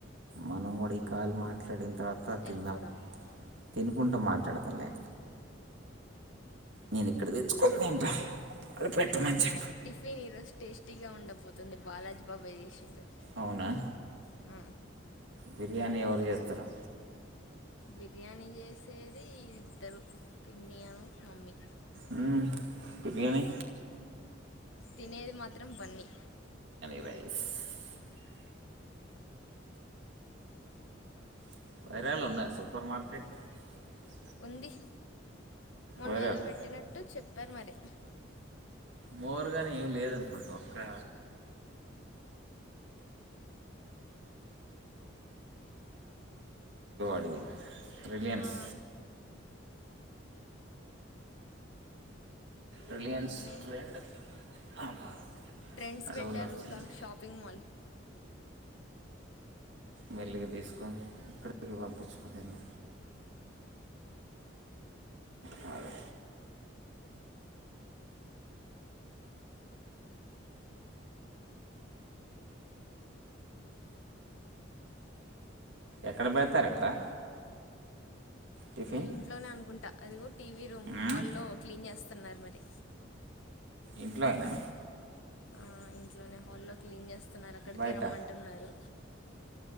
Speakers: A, on the right; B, on the left.
A: మనం కూడా ఈ కాల్ మాట్లాడె తర్వాత
B: వెళ్ళిపోదాం
A: తిందాం తినుకుంటా మాట్లాడతా లే నేను ఇక్కడ దెచ్చుకొని దింట వాళ్ళు పెట్ట మంచి
B: టిఫిన్ ఈ రోజు టేస్టీగా ఉండబోతుంది బాలాజీ బాబాయ్ జేసిండు
A: అవునా
B: ఆ
A: బిర్యానీ ఎవరు జేస్తరొ
B: బిర్యానీ చేసేది ఇద్దరు పిన్ని అను మమ్మీ
A: ఊ బిర్యాని
B: తినేది మాత్రం బన్ని
A: <unintelligible> <unintelligible>
B: ఉంది మొన్న
A: వైరాలు
B: ఏదో పెట్టినట్టు చెప్పారు మరి
A: మోర్ <unintelligible> ఇంకేం లేదనుకుంటా <unintelligible> రలీయన్స్
B: ఆ,
A: రిలయన్స్
B: ఉన్నాయి
A: <unintelligible> <unintelligible>
B: ట్రెండ్స్
A: అడవులు
B: పెట్టారుగా
A: వచ్చింది
B: షాపింగ్ మాల్
A: మెల్లిగా తీసుకొని ఇక్కడికి పంపించుకోనిన్న కాదు ఎక్కడ పెడతారట్రా టిఫిన్
B: ఈ ఇంట్లోనే అనుకుంటా అదిగో టీవీ రూమ్
A: ఉమ్,
B: హాల్లో క్లీన్ చేస్తా స్తున్నారు మరి
A: ఇంట్లోనా
B: ఆ ఇంట్లోనే హాల్లో క్లీన్ చేస్తా స్తున్నారు అక్కడికే
A: బయట
B: రమ్మంటున్నారు